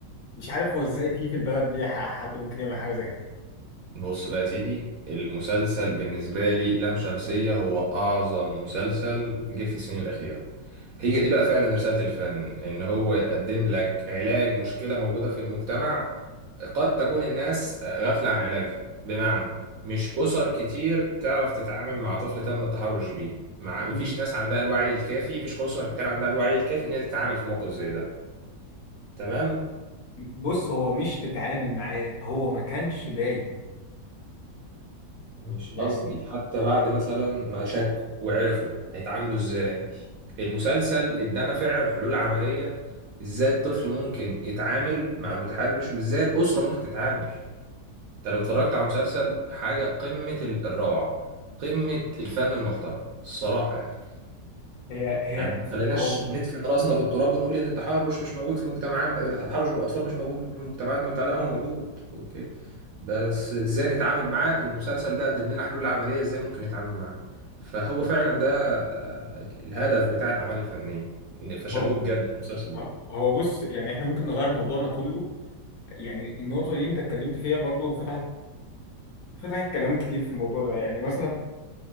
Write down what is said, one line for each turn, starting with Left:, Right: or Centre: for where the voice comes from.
Left: مش عارف هو ازاي في في البلد دي ح- حد ممكن يعمل حاجه زي كده
Right: بص بقى يا سيدي المسلسل بالنسبة لي لام شمسية هو أعظم مسلسل جه في السنين الأخيرة هي دي بقى فعلا رسالة الفن إن هو يقدم لك علاج مشكلة موجودة في المجتمع قد تكون الناس غافلة عن علاجها بمعنى مش أسر كتير تعرف تتعامل مع طفل تم التحرش بيه مع
Left: مم.
Right: مفيش ناس عندها الوعي الكافي مفيش أسر كتير عندها الوعي الكافي إن هي تتعامل في موقف زي ده تمام
Left: بص هو مش تتعامل معاه هو ما كانش باين
Right: مش قصدي
Left: يعني
Right: حتى بعد مثلا ما شكوا وعرفوا هيتعاملوا ازاي المسلسل ادانا فعلا حلول عملية ازاي الطفل ممكن يتعامل مع المتحرش وازاي الأسرة ممكن تتعامل انت لو اتفرجت على مسلسل حاجة قمة ال- الروعة قمة الفن المحترم الصراحة يعني
Left: هي هي
Right: يعني ما تخليناش
Left: هو
Right: ندفن راسنا في التراب ونقول ان التحرش مش موجود في مجتمعنا التحرش بالاطفال مش موجود في مجتمعاتنا وبتاع لا هو موجود اوكي بس ازاي نتعامل معاه المسلسل ده قدم لنا حلول عمليه ازاي ممكن نتعامل معاه فهو فعلا ده آه، الهدف بتاع الاعمال الفنيه فشابوه
Left: هو
Right: بجد المسلسل
Left: اه،
Right: ده
Left: هو بص يعني احنا ممكن نغير موضوعنا كله يعني النقطة دي انت اتكلمت فيها برضو فتحت فتحت كلام كتير في الموضوع ده يعني مثلا